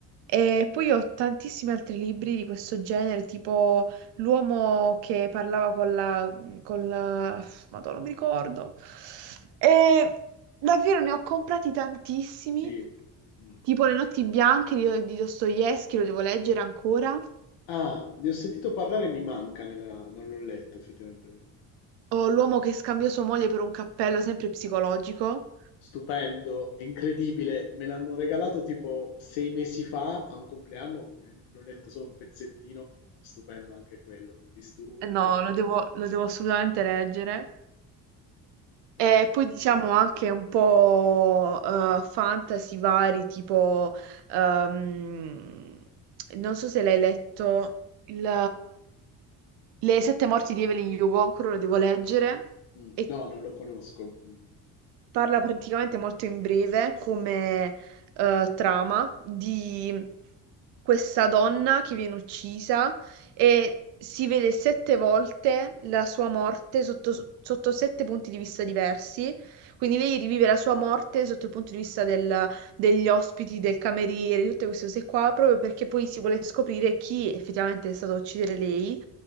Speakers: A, on the right; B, on the left.
A: E poi ho tantissimi altri libri di questo genere, tipo L'uomo che parlava con la... con la... Madonna, non mi ricordo. E davvero ne ho comprati tantissimi,
B: sì. Mhm.
A: tipo Le notti bianche di, di Dostoevsky, lo devo leggere ancora.
B: Ah, ne ho sentito parlare, e mi manca, nella- non l'ho letto effettivamente.
A: o l'uomo che scambiò sua moglie per un cappello, sempre psicologico.
B: Stupendo, è incredibile, me l'hanno regalato tipo sei mesi fa a un compleanno, l- l'ho letto solo un pezzettino, stupendo anche quello, disturbi
A: Eh No,
B: e... quant'altro.
A: lo devo, lo devo assolutamente leggere.
B: Eh,
A: E poi diciamo anche un po' eh, fantasy vari, tipo, ehm, non so se l'hai letto, il- Le sette morti di Evelyn Hugo, ancora lo devo leggere.
B: mm,
A: E
B: no, non lo conosco. Mm.
A: Parla praticamente molto in breve come eh, trama di questa donna che viene uccisa e si vede sette volte la sua morte sotto, sotto sette punti di vista diversi. Quindi lei rivive la sua morte sotto il punto di vista del- degli ospiti, del cameriere, tutte queste cose qua, proprio perché poi si vuole scoprire chi effettivamente è stato a uccidere lei.